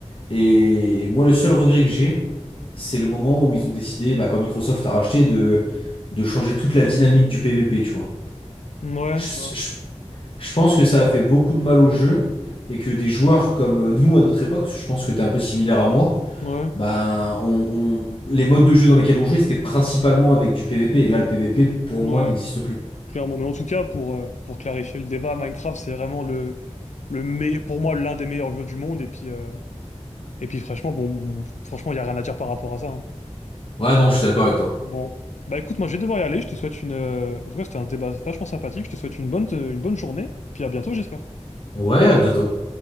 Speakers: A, on the left; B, on the left.
A: Et moi, le seul regret que j'ai, c'est le moment où ils ont décidé, bah, quand Microsoft a racheté, de, de changer toute la dynamique du PvP, tu vois.
B: Ouais,
A: Je, je- je pense que ça a fait beaucoup de mal au jeu et que des joueurs comme euh, nous à notre époque, parce que je pense que t'es un peu similaire à moi,
B: ouais, ouais.
A: bah, on, on- les modes de jeu dans lesquels on jouait, c'était principalement avec du PvP. Et là, le PvP, pour
B: ouais.
A: moi, n'existe plus.
B: Clairement, mais en tout cas, pour, euh, pour clarifier le débat, Minecraft, c'est vraiment le, le me- pour moi l'un des meilleurs jeux du monde. Et puis, euh, et puis franchement, bon, bon, franchement, il n'y a rien à dire par rapport à ça. hein.
A: Ouais, non, je suis d'accord avec toi.
B: Bon, bah écoute, moi je vais devoir y aller. Je te souhaite une. euh, En tout cas, c'était un débat vachement sympathique. Je te souhaite une bonne, une bonne journée. Puis à bientôt, j'espère.
A: Ouais, à bientôt.